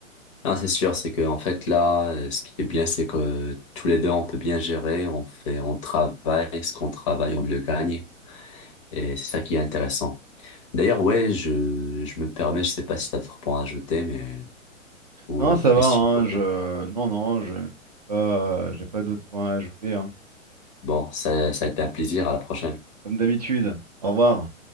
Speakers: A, on the left; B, on the right.
A: Non, c'est sûr, c'est que en fait là, euh, ce qui est bien, c'est que euh, tous les deux, on peut bien gérer, on fait, on travaille, ce qu'on travaille, on le gagne, et c'est ça qui est intéressant. D'ailleurs, ouais, je, je me permets, je sais pas si t'as d'autres points à ajouter, mais, ou
B: Non,
A: une autre
B: ça
A: question
B: va, hein,
A: à poser.
B: je, non, non, je ne suis pas, j'ai pas d'autres points à ajouter, hein.
A: Bon, ça, ça a été un plaisir, à la prochaine.
B: Comme d'habitude. Au revoir.